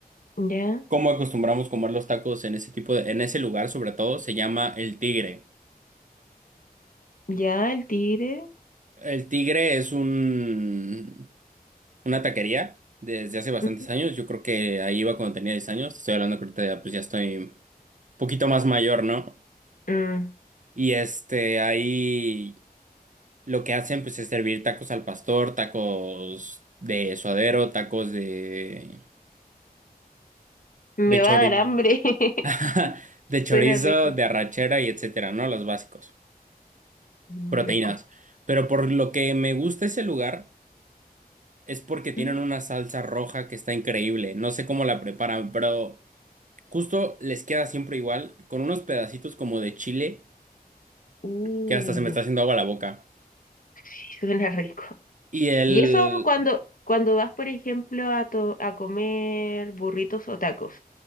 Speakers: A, on the left (about 60°); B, on the right (about 50°).
A: Ya,
B: cómo acostumbramos comer los tacos en ese tipo de, en ese lugar sobre todo, se llama El Tigre.
A: ya, el tigre.
B: El Tigre es un, una taquería desde hace bastantes
A: Ujú.
B: años. Yo creo que ahí iba cuando tenía 10 años. Estoy hablando que ahorita ya, pues ya estoy un poquito más mayor, ¿no?
A: Mm,
B: Y este, ahí lo que hacen pues es servir tacos al pastor, tacos de suadero, tacos de,
A: me
B: de chori-
A: va a dar hambre. <laughs>
B: <laughs> de chorizo,
A: Suena rico.
B: de arrachera y etcétera, ¿no? Los básicos.
A: Mm,
B: proteínas.
A: rico.
B: Pero por lo que me gusta ese lugar es porque tienen
A: Ujú.
B: una salsa roja que está increíble. No sé cómo la preparan, pero justo les queda siempre igual, con unos pedacitos como de chile
A: Uh,
B: que hasta se me está haciendo agua la boca.
A: sí, suena rico.
B: Y el...
A: Y eso cuando, cuando vas, por ejemplo, a, to- a comer burritos o tacos.